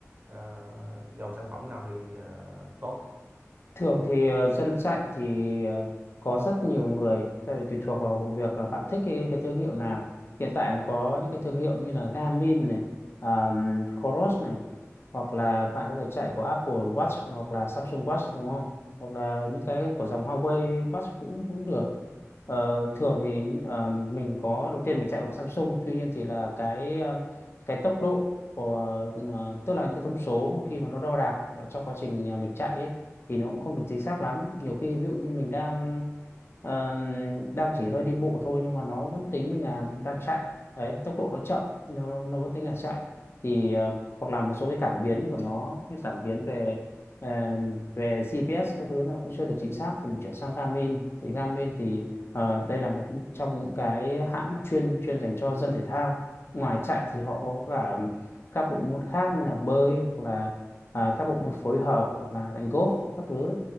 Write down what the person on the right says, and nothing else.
ờ, dòng sản phẩm nào thì ờ, tốt